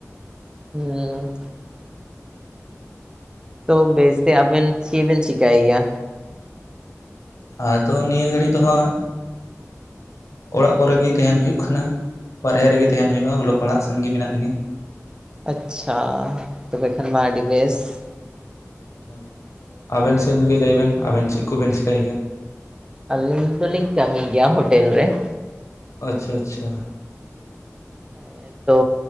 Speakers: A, on the right; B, on the left.
A: ᱦᱩᱸ, ᱛᱚ ᱵᱮᱥᱛᱮ ᱟᱵᱮᱱ ᱪᱮᱫ ᱵᱮᱱ ᱪᱤᱠᱟᱭ ᱜᱮᱭᱟ?
B: ᱟᱫᱚ ᱱᱤᱭᱟᱹ ᱜᱷᱟᱹᱲᱤ ᱫᱚ ᱦᱟᱸᱜ ᱚᱲᱟᱜ ᱠᱚᱨᱮ ᱜᱮ ᱛᱟᱦᱮᱱ ᱦᱩᱭᱩᱜ ᱠᱟᱱᱟ᱾ ᱵᱟᱨᱦᱮ ᱨᱮᱜᱮ ᱛᱟᱦᱮᱱ ᱦᱩᱭᱩᱜᱼᱟ ᱚᱞᱚᱜ ᱯᱟᱲᱦᱟᱜ ᱥᱮᱱ ᱜᱮ ᱢᱮᱱᱟᱜ ᱞᱤᱧᱟ ᱾
A: ᱟᱪᱪᱷᱟ ᱛᱚᱵᱮ ᱠᱷᱟᱱ ᱢᱟ ᱟᱹᱰᱤ ᱵᱮᱥ ᱾
B: ᱦᱳᱭ, ᱟᱵᱮᱱ ᱥᱮᱱ ᱜᱮ ᱞᱟᱹᱭ ᱵᱮᱱ ᱟᱵᱮᱱ ᱪᱮᱫ ᱠᱚᱵᱮᱱ ᱪᱮᱠᱟᱹᱭ ᱜᱮᱭᱟ?
A: ᱟᱹᱞᱤᱧ ᱫᱚᱞᱤᱧ ᱠᱟᱹᱢᱤ ᱜᱮᱭᱟ ᱦᱳᱴᱮᱞ ᱨᱮ ᱾
B: ᱟᱪᱪᱷᱟ ᱟᱪᱪᱷᱟ ᱾
A: ᱦᱮᱸ ᱛᱚ